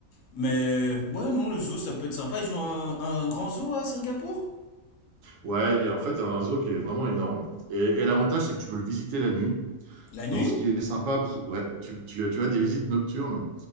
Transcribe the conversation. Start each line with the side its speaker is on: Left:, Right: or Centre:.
Left: Mais ouais, non, le zoo, ça peut être sympa. Ils ont un, un grand zoo à Singapour?
Right: Ouais, il y a en fait un zoo qui est vraiment énorme. Et, et l'avantage, c'est que tu peux le visiter la nuit.
Left: La
Right: Donc,
Left: nuit?
Right: ce qui est sympa, parce que, ouais, tu, tu, tu as des visites nocturnes.